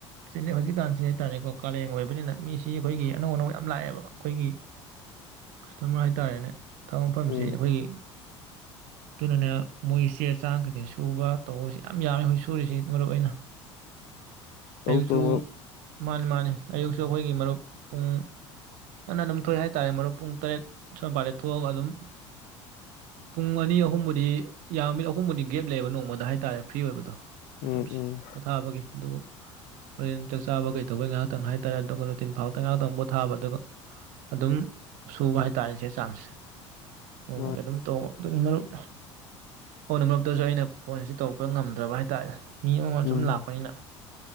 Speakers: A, on the right; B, on the left.
A: ꯆꯤꯂꯦ ꯍꯧꯖꯤꯛꯀꯥꯟꯁꯦ ꯍꯥꯏ ꯇꯥꯔꯦꯀꯣ ꯀꯥꯂꯦꯟ ꯑꯣꯏꯕꯅꯤꯅ ꯃꯤꯁꯤ ꯁꯤ ꯑꯩꯈꯣꯏꯒꯤ ꯑꯅꯧ ꯑꯅꯧ ꯌꯥꯝ ꯂꯥꯛꯑꯦꯕ ꯑꯩꯈꯣꯏꯒꯤ ꯀꯁꯇꯃꯔ ꯍꯥꯏꯇꯥꯔꯦꯅꯦ ꯊꯕꯛ ꯃꯐꯝꯁꯤ
B: ꯎꯝ
A: ꯑꯩꯈꯣꯏꯒꯤ ꯑꯗꯨꯅꯅꯦ ꯃꯣꯏ ꯆꯦ ꯆꯥꯡ ꯀꯩꯀꯩ ꯁꯨꯕ ꯇꯧꯕꯁꯤ ꯌꯥꯝ ꯌꯥꯝꯃꯦ ꯍꯧꯖꯤꯛ ꯁꯨꯔꯤꯁꯤ ꯃꯔꯨꯞ ꯑꯩꯅ
B: ꯇꯧ
A: ꯑꯌꯨꯛꯁꯨ
B: ꯇꯧ ꯃꯔꯨꯞ
A: ꯃꯥꯅꯤ ꯃꯥꯅꯤ ꯑꯌꯨꯛꯁꯨ ꯑꯩꯈꯣꯏꯒꯤ ꯃꯔꯨꯞ ꯄꯨꯡ ꯉꯟꯅ ꯑꯗꯨꯝ ꯊꯣꯛꯑꯦ ꯍꯥꯏꯇꯥꯔꯦ ꯃꯔꯨꯞ ꯄꯨꯡ ꯇꯔꯦꯠ ꯁꯋꯥꯏꯄꯗꯩ ꯊꯣꯛꯑꯒ ꯑꯗꯨꯝ ꯄꯨꯡ ꯑꯅꯤ ꯑꯍꯨꯝꯕꯨꯗꯤ ꯌꯥꯝ ꯃꯤ ꯑꯍꯨꯝꯕꯨꯗꯤ ꯒꯦꯞ ꯂꯩꯑꯦꯕ ꯅꯣꯡꯃꯗ ꯍꯥꯏꯇꯥꯔꯦ ꯐ꯭ꯔꯤ ꯑꯣꯏꯕꯗꯣ
B: ꯎꯝ
A: ꯃꯇꯝꯁꯦ
B: ꯎꯝ
A: ꯄꯣꯊꯥꯕꯒꯤ ꯑꯗꯨ ꯍꯣꯔꯦꯟ ꯆꯥꯛ ꯆꯥꯕ ꯀꯩ ꯇꯧꯕꯩ ꯉꯥꯏꯍꯥꯛꯇꯪ ꯍꯥꯏ ꯇꯔꯦ ꯑꯗꯨꯒ ꯅꯨꯡꯇꯤꯟ ꯐꯥꯎꯇ ꯉꯥꯏꯍꯥꯛꯇꯪ ꯄꯣꯊꯥꯕ ꯑꯗꯨꯒ ꯑꯗꯨꯝ ꯁꯨꯕ ꯍꯥꯏꯇꯥꯥꯔꯦ ꯆꯦ ꯆꯥꯡꯁꯦ꯫ ꯅꯣꯡꯃꯒꯤ
B: ꯃꯥ
A: ꯑꯗꯨꯝ ꯇꯧꯕ ꯑꯗꯨ ꯃꯔꯨꯞ ꯀꯣꯟꯅ ꯃꯔꯨꯞꯇꯁꯨ ꯑꯩꯅ ꯐꯣꯟꯁꯤ ꯇꯧꯔꯛꯄ ꯉꯝꯗ꯭ꯔꯕ ꯍꯥꯏꯇꯥꯔꯦ ꯃꯤ ꯑꯃꯃꯝ
B: ꯎꯝ
A: ꯁꯨꯝ ꯂꯥꯛꯄꯅꯤꯅ